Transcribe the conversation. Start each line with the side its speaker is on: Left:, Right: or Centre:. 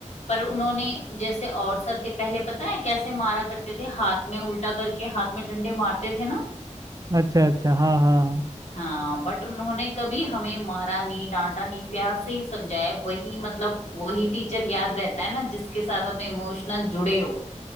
Left: पर उन्होंने जैसे और सर थे पहले पता है कैसे मारा करते थे हाथ में उल्टा करके हाथ में डंडे मारते थे ना
Right: अच्छा अच्छा हाँ हाँ हाँ,
Left: हाँ बट उन्होंने कभी हमें मारा नहीं डांटा नहीं प्यार से ही समझाया वही मतलब वही टीचर याद रहता है ना जिसके साथ अपने इमोशनल जुड़े हो